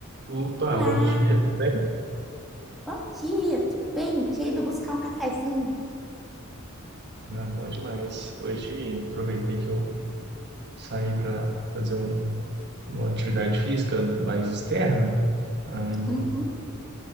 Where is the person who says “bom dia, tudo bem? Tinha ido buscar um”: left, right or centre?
Centre